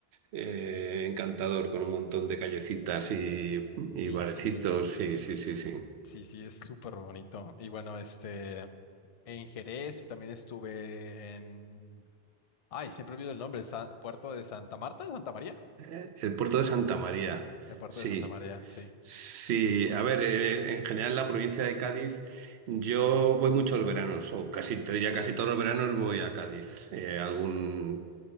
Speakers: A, on the right (about 90°); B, on the left (about 50°).
A: eh, encantador con un montón de callecitas y,
B: Sí,
A: y barecitos.
B: sí,
A: Sí, sí, sí, sí.
B: sí, sí, es súper bonito. Y bueno, este, en Jerez y también estuve en... Ay, siempre olvido el nombre, Sa- Puerto de Santa Marta, Santa María.
A: Eh, El puerto de Santa María.
B: El Puerto
A: Sí,
B: de Santa María, sí.
A: sí. A ver, eh, en general la provincia de Cádiz, yo voy muchos veranos, o casi, te diría casi todos los veranos voy a Cádiz. Eh, algún